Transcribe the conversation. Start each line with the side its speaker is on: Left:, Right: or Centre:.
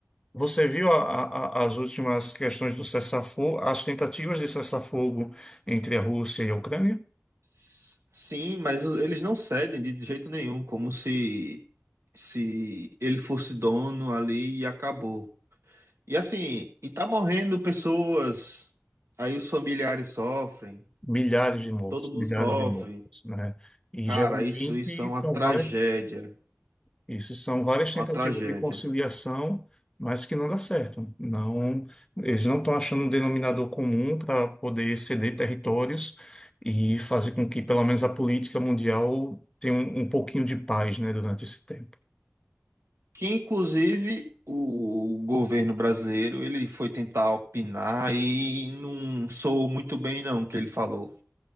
Left: Você viu a- a- a- as últimas questões do cessar-fogo, as tentativas de cessar-fogo entre a Rússia e a Ucrânia?
Right: S- Sim, mas o- eles não cedem de jeito nenhum, como se, se ele fosse dono ali e acabou. E assim, e tá morrendo pessoas, aí os familiares sofrem,
Left: Milhares de mortos,
Right: todo mundo
Left: milhares
Right: sofre.
Left: de mortos, né? E
Right: Cara,
Left: geralmente
Right: isso, isso é uma
Left: são
Right: tragédia,
Left: vários Isso são várias tentativas
Right: uma tragédia.
Left: de conciliação, mas que não dá certo. Não, eles não estão achando um denominador comum para poder ceder territórios e fazer com que, pelo menos, a política mundial tenha um, um pouquinho de paz, né, durante esse tempo.
Right: Que inclusive o, o governo brasileiro, ele foi tentar opinar e não soou muito bem não o que ele falou.